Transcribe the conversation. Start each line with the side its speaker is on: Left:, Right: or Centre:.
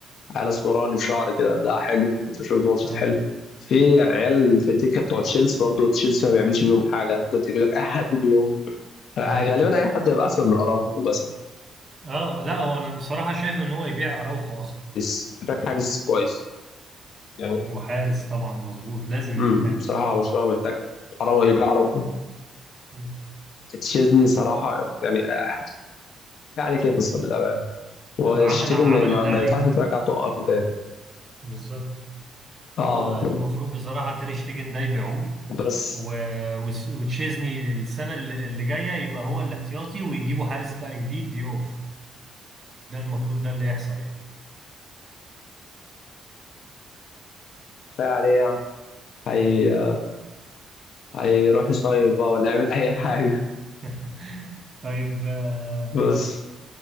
Left: على اسمراني في شعري كده ده حلو كنت بشوف ماتشات
Right: اه
Left: حلو في عيال في الدكه بتوع تشيلسي برضه تشيلسي ما بيعملش بيهم حاجه كنت بيقول لك اي حد بيهم آه،
Right: ايوه
Left: غالبا اي حد هيبقى احسن من اراوخو مثلا
Right: اه لا هو انا بصراحة شايف ان هو يبيع اراوخو اصلا
Left: حارس محتاج حارس كويس يعني
Right: وحارس طبعا مظبوط لازم
Left: امم
Right: يجيب حارس
Left: بصراحه برشلونه محتاج اراوخو يبقى اراوخو
Right: مم.
Left: تشيزني صراحه يعني احكي عليه كده صلى الله عليه وشتيجن
Right: لا عمل عمل
Left: ما, ما,
Right: اللي
Left: ما
Right: عليه
Left: ينفعش ترجع توقفه تاني
Right: بالظبط
Left: اه
Right: هو المفروض بصراحة تير شتيجن ده يبيعوه
Left: بس
Right: و- وس- وتشيزني السنة اللي اللي جاية يبقى هو الاحتياطي ويجيبوا حارس بقى جديد يقف ده المفروض ده اللي يحصل يعني
Left: كفايه عليه يعني هي
Right: مم.
Left: هيروح يصيف بقى ولا يعمل اي حاجه
Right: <laughs> طيب آه
Left: بس